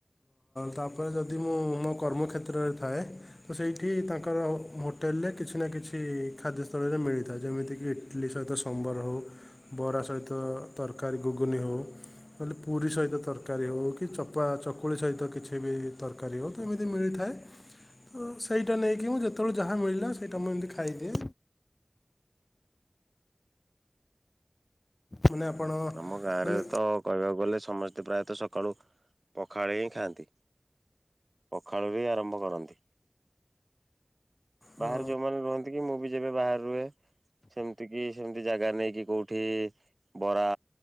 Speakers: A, on the left; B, on the right.
A: ତା ପରେ ଯଦି ମୁଁ ମୋ କର୍ମକ୍ଷେତ୍ରରେ ଥାଏ ତ ସେଇଠି ତାଙ୍କ ହୋଟେଲରେ କିଛି ନା କିଛି ଖାଦ୍ୟସ୍ଥଳରେ ମିଳିଥାଏ। ଯେମିତିକି ଇଟିଲି ସହିତ ସମ୍ବର ହଉ- - ବରା ସହିତ ତରକାରୀ ଗୁଗୁନି ହଉ- - କହିଲେ ପୁରୀ ସହିତ ତରକାରୀ ହଉ କି ଚପା ଚକୁଳି ସହିତ କିଛି ବି ତର- - କାରୀ ଏମିତି ମିଳିଥାଏ। ତ ସେଇଟା ନେଇକି ଯେତେବେଳେ ଯାହା ମିଳିଲା ସେଇଟା ମୁଁ ଏମିତି ଖାଇଦିଏ। ମାନେ
B: ହୁ
A: ଆପଣ
B: ହୁଁ ଆମ ଗାଁରେ
A: ମାନେ
B: ତ କହିବାକୁ ଗଲେ ସମସ୍ତେ ପ୍ରାୟତଃ ସକାଳୁ ପଖାଳ ହିଁ ଖାଆନ୍ତି। ପଖାଳରୁ ହିଁ ଆରମ୍ଭ କରନ୍ତି।
A: ହଁ
B: <unintelligible> ମୁଁ ବି ଯେବେ ବାହାରେ ରୁହେ ସେମିତି କି ସେମତି ଜାଗା ନେଇକି କୋଉଠି ବରା